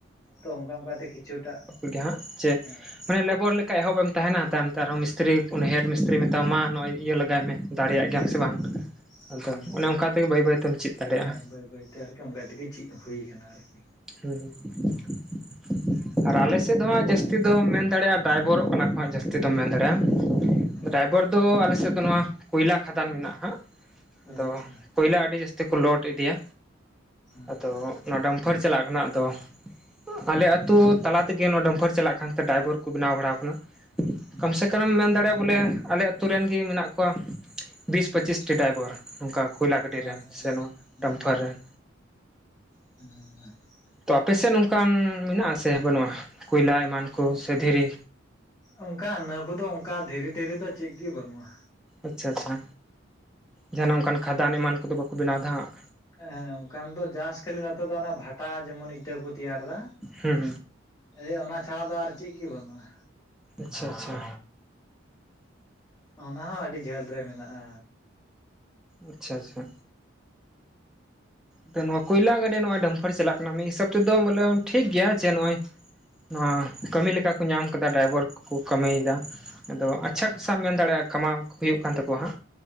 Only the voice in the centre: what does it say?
ᱜᱮ ᱦᱟᱸᱜ ᱪᱮ
ᱢᱟᱱᱮ ᱞᱮᱵᱚᱨ ᱞᱮᱠᱟ ᱮᱦᱚᱵᱮ ᱮᱢ ᱛᱟᱦᱮᱱᱟ᱾ ᱛᱟᱭᱚᱢ ᱛᱮ ᱟᱨᱦᱚᱸ ᱢᱤᱥᱛᱨᱤ ᱠᱷᱚᱱ ᱦᱮᱰ ᱢᱤᱥᱛᱨᱤ ᱢᱮᱛᱟᱢᱟ ᱱᱚᱜᱼᱚᱭ ᱤᱭᱟᱹ ᱞᱮᱜᱟᱭ ᱢᱮ ᱫᱟᱲᱮᱭᱟᱜ
ᱜᱮᱭᱟᱢ ᱥᱮ ᱵᱟᱝ ᱟᱫᱚ
ᱚᱱᱮ ᱚᱱᱠᱟ ᱛᱮᱜᱮ ᱵᱟᱹᱭᱼᱵᱟᱹᱭ ᱛᱮᱢ ᱪᱤᱫ ᱫᱟᱲᱮᱭᱟᱜᱼᱟ᱾
ᱦᱮᱸᱻ ᱟᱨ ᱟᱞᱮ ᱥᱮᱫ ᱫᱚ ᱦᱟᱸᱜ ᱡᱟᱹᱥᱛᱤ ᱫᱚᱢ ᱢᱮᱱ ᱫᱟᱲᱮᱭᱟᱜᱼᱟ ᱰᱟᱭᱵᱚᱨᱚᱜ ᱠᱟᱱᱟ ᱠᱚ ᱦᱟᱸᱜ ᱡᱟᱹᱥᱛᱤ ᱫᱚᱢ ᱢᱮᱱ ᱫᱟᱲᱮᱭᱟᱜ ᱟᱢ
ᱰᱟᱭᱵᱚᱨ ᱫᱚ ᱟᱞᱮ ᱥᱮᱫ ᱫᱚ ᱱᱚᱣᱟ ᱠᱚᱭᱞᱟ ᱠᱷᱟᱫᱟᱱ ᱢᱮᱱᱟᱜᱼᱟ ᱦᱟᱸᱜ ᱟᱫᱚ
ᱠᱚᱭᱞᱟ ᱟᱹᱰᱤ ᱡᱟᱹᱥᱛᱤ ᱠᱚ ᱞᱚᱰ ᱤᱫᱤᱭᱟ᱾
ᱟᱫᱚ
ᱱᱚᱣᱟ ᱰᱟᱢᱯᱷᱟᱨ ᱪᱟᱞᱟᱜ ᱠᱟᱱᱟ᱾ ᱟᱫᱚ ᱟᱞᱮ ᱟᱹᱛᱩ ᱛᱟᱞᱟ ᱛᱮᱜᱮ ᱱᱚᱣᱟ ᱰᱟᱹᱢᱯᱷᱟᱹᱨ ᱪᱟᱞᱟᱜ ᱠᱟᱱᱛᱮ ᱰᱟᱭᱵᱚᱨ ᱠᱚ ᱵᱮᱱᱟᱣ ᱵᱟᱲᱟᱣ ᱟᱠᱟᱱᱟ᱾
ᱠᱚᱢ ᱥᱮ ᱠᱚᱢᱮᱢ ᱢᱮᱱ ᱫᱟᱲᱮᱭᱟᱜᱼᱟ᱾ ᱵᱚᱞᱮ ᱟᱞᱮ ᱟᱹᱛ ᱟᱹᱛᱩ ᱨᱮᱱ ᱜᱮ ᱢᱮᱱᱟᱜ ᱠᱚᱣᱟ ᱵᱤᱥ ᱯᱟᱹᱪᱤᱥ ᱴᱤ ᱰᱟᱭᱵᱚᱨ ᱱᱚᱝᱠᱟ ᱠᱚᱭᱞᱟ ᱜᱟᱹᱰᱤ ᱨᱮᱱ
ᱥᱮ ᱱᱚᱣᱟ
ᱰᱟᱢᱯᱷᱟᱨ ᱨᱮᱱ
ᱛᱚ ᱟᱯᱮᱥᱮᱫ ᱱᱚᱝᱠᱟᱱ ᱢᱮᱱᱟᱜ ᱥᱮ ᱵᱟᱹᱱᱩᱜᱼᱟ᱾ ᱠᱚᱭᱞᱟ ᱮᱢᱟᱱ ᱠᱚ ᱥᱮ ᱫᱷᱤᱨᱤ?
ᱟᱪᱪᱷᱟ ᱟᱪᱪᱷᱟ, ᱡᱟᱦᱟᱱᱟᱜ ᱚᱱᱠᱟᱱ ᱠᱷᱟᱫᱟᱱ ᱮᱢᱟᱱ ᱠᱚᱫᱚ ᱵᱟᱠᱚ ᱵᱮᱱᱟᱣ ᱫᱟ ᱦᱟᱸᱜ
ᱦᱩᱸ
ᱟᱪᱪᱷᱟ, ᱟᱪᱪᱷᱟ
ᱟᱪᱪᱷᱟ, ᱟᱪᱪᱷᱟ ᱛᱚ ᱱᱚᱣᱟ ᱠᱚᱭᱞᱟ ᱜᱟᱹᱰᱤ ᱱᱚᱜᱚᱭ ᱰᱟᱢᱯᱷᱟᱨ ᱪᱟᱞᱟᱜ ᱠᱟᱱᱟ᱾ ᱢᱤᱫ ᱦᱤᱥᱟᱹᱵᱽ ᱛᱮᱫᱚ ᱵᱚᱞᱮ ᱴᱷᱤᱠ ᱜᱮᱭᱟ ᱡᱮ ᱱᱚᱜᱼᱚᱭ ᱱᱚᱣᱟ ᱠᱟᱹᱢᱤ ᱞᱮᱠᱟ ᱠᱚ ᱧᱟᱢ ᱟᱠᱟᱫᱟ ᱰᱟᱭᱵᱚᱨ ᱠᱚᱠᱚ ᱠᱟᱹᱢᱤᱭᱮᱫᱟ
ᱟᱫᱚ
ᱟᱪᱪᱷᱟ ᱠᱷᱟᱥᱟ
ᱢᱮᱱ ᱫᱟᱲᱮᱭᱟᱜᱼᱟ᱾ ᱠᱟᱢᱟᱣ ᱦᱩᱭᱩᱜ ᱠᱟᱱ ᱛᱟᱠᱚᱣᱟ ᱦᱟᱸᱜ